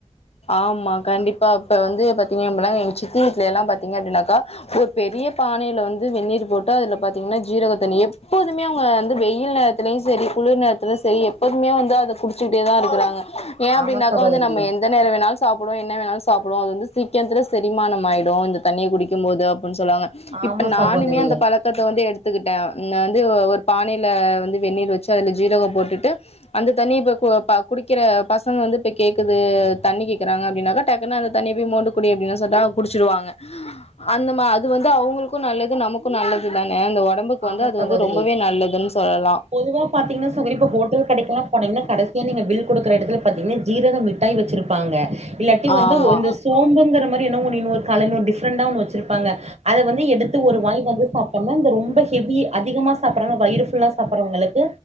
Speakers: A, on the left (about 55°); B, on the right (about 60°).
A: ஆமா கண்டிப்பா ப்ப வந்து பாத்தீங்க அப்பனா எங்க சித்தி வீட்ல எல்லா பாத்தீங்க அப்டின்னாக்கா ஒரு பெரிய பானையில வந்து வெந்நீர் போட்டு அதுல பாத்தீங்ன்னா ஜீரகத்தண்ணி எப்போதுமே அவங்க வந்து வெயில லையு செரி குளிர் நேரத்துல செரி எப்போதுமே வந்து அத குடிச்சுக்ட்டே தா இருக்கறாங்க ஏ அப்டின்னாகா
B: ஆமா சகோதரி
A: வந்து நம்ம எ ந்த நேர வேணாலு சாப்புடுவோ என்ன வேணாலும்சாப்புடுவோ அது வந்து சீக்கரத்தில செரிமானம் ஆகிடு இந்த தண்ணிய குடிக்கும் போது அப்பன் சொல்லுவாங்க இப்ப
B: ஆமா
A: நானுமே
B: சகோதரி
A: அந்த பழத் க்கத்த வந்து எடுத்துக்கிட்டே நா வந்து ஒரு பானையில் வந்து வெந்நீர் வச்சு அதுல ஜீரகம் போட்டுட்டு அந்த தண்ணி இப்ப கு குடிக்கிற பசங்க வந்து இப்ப கேக்குது தண்ணி கேக்குறாங்க அப்பின்னாக்கா டக்குன்ன அந்த தண்ணி போய் மோண்டு குடி அப்டின்னு சோன்னா குடிச்சுருவாங்க அந்த மா அது வந்து அவங்ளுக்கு நல்லது நமக்கு நல்லது தானே அந்த ஒ டம்புக்
B: ஆமா
A: வந்து அது
B: சகோதரி
A: வந்து ரொம்பவே நல்லதுன்னு சொல்லலா
B: பொதுவா பாத்தீங்ன்னா சோ இப்ப ஹோட்டல் கடைக்கெல்லா போனங்ன்னா கடசீய நீங்க பில் குடுக்கற எடத்துல பாத்தீங்ன்னா ஜீரக மி டாயி வெச்சுருப்பாங்க இல்லாட்டி வந்து
A: ஆமா
B: இந்த சோம்பங்கற மாரி என்னமோ கலனு டிஃப்ரண்டா ஒன்னு வெச்சிருப்பாங்க அத வந்து எடுத்து ஒரு வாய் வந்து சாப்ட்டம்னா இந்த ரொம்ப ஹவி அதிகமா சாப்பட்றாங்க வயிரு ஃபுல்லா சாப்பறவங்களுக்கு